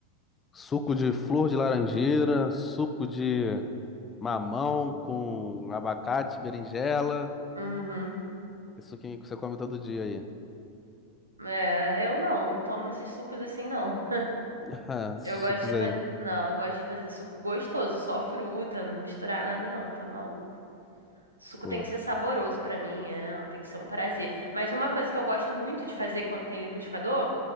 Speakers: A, on the left; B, on the right.
A: Suco de flor de laranjeira, suco de mamão com abacate, berinjela.
B: Uhum.
A: Isso que você come todo dia aí.
B: É, eu não, não tomo esses sucos assim, não.
A: <laughs> Ah, Esses
B: Eu gosto
A: Sucos
B: de fazer.
A: aí.
B: Não, eu gosto de fazer suco gostoso, só fruta, não misturar nada não, tá maluco? Suco
A: Pô,
B: tem que ser saboroso pra mim, é, tem que ser um prazer. Mas uma coisa que eu gosto muito de fazer quando tem liquidificador